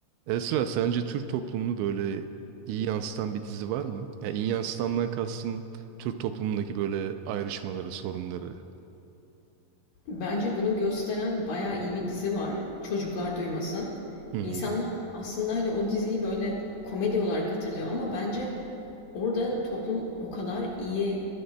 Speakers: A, on the right; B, on the left.
A: Esra, sence Türk toplumunu böyle iyi yansıtan bir dizi var mı? Ya iyi yansıtandan kastım Türk toplumundaki böyle ayrışmaları, sorunları.
B: Bence bunu gösteren bayağı iyi bir dizi var. Çocuklar duymasın.
A: Hı hı.
B: İnsanlar aslında hani o diziyi böyle komedi olarak hatırlıyor ama bence orada toplum o kadar iyi